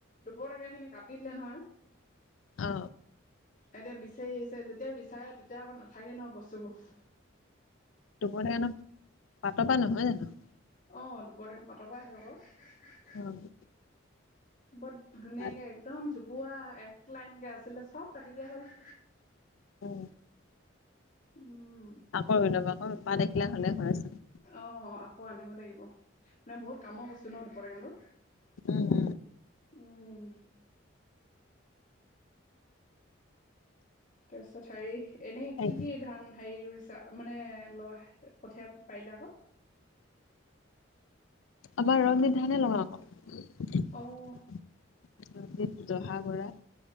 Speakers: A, on the left; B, on the left.
A: দুপৰটকীয়া খিনি কাটি দিলে নহয়।
B: অ,
A: এতিয়া বিচাৰি আহিছে যেতিয়া বিচাৰে তেতিয়া আকৌ নাথাকে ন বস্তুবোৰ।
B: দোপৰটেঙাতো পাতৰ পৰা নহয় জানো।
A: অ, দুপৰটেঙা পাটৰ পৰা আহে আকৌ।
B: অ'।
A: বৰ ধুনীয়াকে,
B: পাত
A: একদম জোপোহা, এক লাইনকে আছিলে, চব কাটি দিয়া হ'ল।
B: উম,
A: উম
B: আকৌ ৰুই ল'ব। আকৌ পাত এখিলা হ'লেই হয়েই চোন।
A: অ', আকৌ আনিব লাগিব। মানে, বহুত কামৰ বস্তু ন' দুপৰ টেঙাটো
B: উম
A: উম। <inaudible> তাৰ পিছত, হেৰি, এনেই
B: উম
A: কি কি ধান হেৰি ৰুইছা, মানে কঠিয়া পাৰিলে আকৌ
B: আমাৰ <unintelligible> ধানে লগাওঁ আকৌ
A: অ'।
B: <unintelligible> জহা <unintelligible>